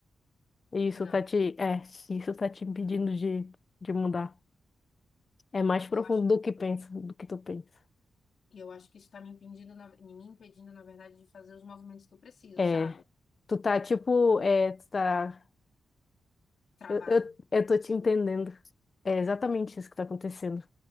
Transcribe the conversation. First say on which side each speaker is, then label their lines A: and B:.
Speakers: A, on the left; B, on the left.
A: E isso
B: não.
A: tá te, é, isso tá te impedindo de, de mudar. É mais profundo
B: Eu acho,
A: do que pensa, do que tu pensa.
B: eu acho que isso tá me impedindo, na, me impedindo, na verdade, de fazer os movimentos que eu preciso,
A: É,
B: sabe?
A: tu tá tipo, é, tu tá,
B: Travada.
A: eu, eu, eu tô te entendendo. É exatamente isso que tá acontecendo.